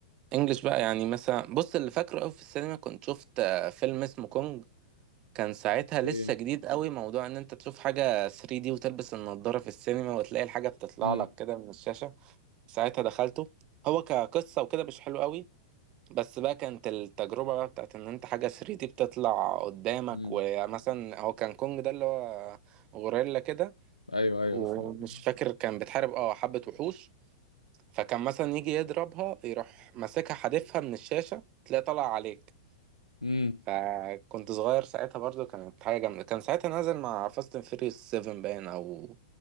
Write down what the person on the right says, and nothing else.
انجلش بقى يعني مثلا بص اللي فاكره قوي في السينما كنت شفت آه، فيلم اسمه كونج كان ساعتها
لسه جديد قوي موضوع ان انت تشوف حاجة 3D وتلبس النضارة في السينما وتلاقي الحاجة بتطلع
لك كده من الشاشة ساعتها دخلته هو كقصة وكده مش حلو قوي بس بقى كانت التجربة بقى بتاعت ان انت حاجة 3D بتطلع قدامك
ومثلا هو كان كونج ده اللي هو غوريلا كده
ومش
فاكر كان بتحارب اه حبة وحوش فكان مثلا يجي يضربها يروح ماسكها حادفها من الشاشة تلاقي طلع عليك
فكنت صغير ساعتها برضو كانت حاجة جامدة كان ساعتها نازل مع فاست اند فيريوس 7 باين أو